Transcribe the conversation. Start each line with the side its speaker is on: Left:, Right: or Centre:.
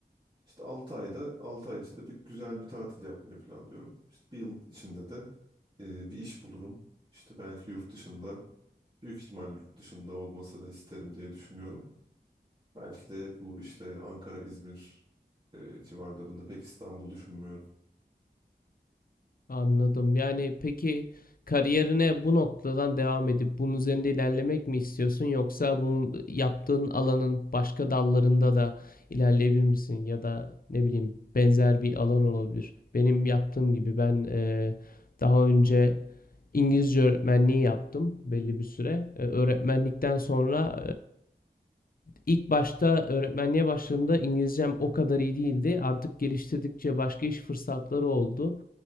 Right: İşte 6 ayda altı ay içinde bir güzel bir tatil yapmayı planlıyorum. İşte bir yıl içinde de ee, bir iş bulurum. İşte belki yurt dışında büyük ihtimalle yurt dışında olmasını isterim diye düşünüyorum. Belki de bu işte Ankara, İzmir e, civarlarında pek İstanbul düşünmüyorum.
Left: Anladım. Yani peki kariyerine bu noktadan devam edip bunun üzerinde ilerlemek mi istiyorsun yoksa bu yaptığın alanın başka dallarında da ilerleyebilir misin ya da ne bileyim benzer bir alan olabilir. Benim yaptığım gibi ben e, daha önce İngilizce öğretmenliği yaptım belli bir süre. E, öğretmenlikten sonra İlk başta öğretmenliğe başladığımda İngilizcem o kadar iyi değildi. Artık geliştirdikçe başka iş fırsatları oldu.